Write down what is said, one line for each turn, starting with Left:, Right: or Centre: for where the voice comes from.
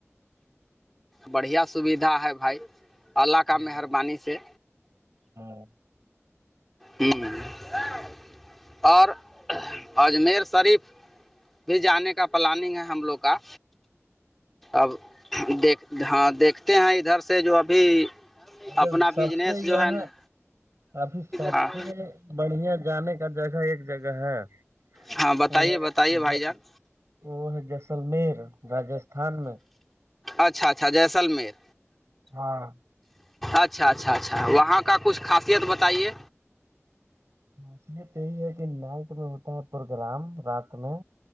Centre: بڑھیا سویدھا ہے بھائی اللہ کا
Right: ہاں
Centre: مہربانی سے
Right: ہوں
Centre: ہ اور اجمیر شریف بھی جانے کا پلاننگ ہے ہم لوگ کا اب دیکھ ہاں دیکھتے ہیں ادھر سے جو ابھی
Right: اچھا
Centre: اپنا
Right: سب
Centre: بجنس
Right: سے
Centre: جو
Right: یہ
Centre: ہے نا
Right: کافی سب
Centre: ہاں
Right: سے بڑھیا جانے کا جگہ ایک جگہ ہے
Centre: ہاں بتائیے
Right: پ ہےے
Centre: بتائیے بھائی
Right: ج
Centre: جان
Right: وہ ہے جسللمیر راجستھان میں
Centre: اچھا اچھا جیسلمیر
Right: ہاں
Centre: اچھا اچھا اچھا وہاں کا کچھ خاصیت بتائیے
Right: نصیت یہی ہے کہ نائٹ میں ہوتا ہے پروگرام رات میں